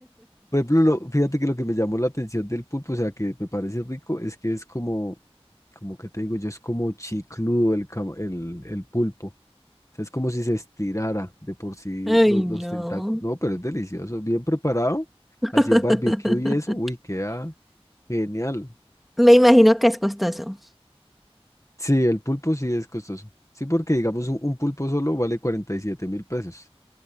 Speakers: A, on the left; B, in the centre.
A: por ejemplo, lo- fíjate que lo que me llamó la atención del pulpo, o sea, que me parece rico, es que es como, como que te digo yo, es como chicludo el, cama- el, el pulpo. O sea, es como si se estirara de por sí
B: <laughs> Ay,
A: los,
B: no.
A: los tentáculos. No, pero es delicioso. Bien preparado,
B: <laughs>
A: así en barbecue y eso, uy, queda genial.
B: Me imagino que es costoso.
A: Sí, el pulpo sí es costoso. Sí, porque digamos un, un pulpo solo vale cuarenta y siete mil pesos.